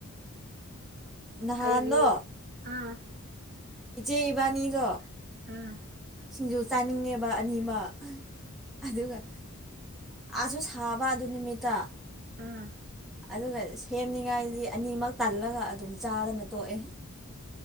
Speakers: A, in the centre; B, on the right (about 45°).
A: ꯅꯍꯥꯟꯗꯣ
B: ꯑꯩꯗꯤ ꯑꯥ
A: ꯏꯆꯦ ꯏꯕꯥꯅꯤ ꯂꯣ
B: ꯑꯝ
A: ꯁꯤꯡꯖꯨ ꯆꯥꯅꯤꯡꯉꯦꯕ ꯑꯅꯤꯃꯛ ꯑꯗꯨꯒ ꯁꯨ ꯁꯥꯕ ꯑꯗꯨ ꯅꯨꯃꯤꯠꯇ
B: ꯎꯝ
A: ꯑꯗꯨꯒ ꯁꯦꯝꯅꯤꯉꯥꯏꯗꯤ ꯑꯅꯤꯃꯛ ꯇꯜꯂꯒ ꯑꯗꯨꯝ ꯆꯥꯗꯅ ꯇꯣꯛꯑꯦ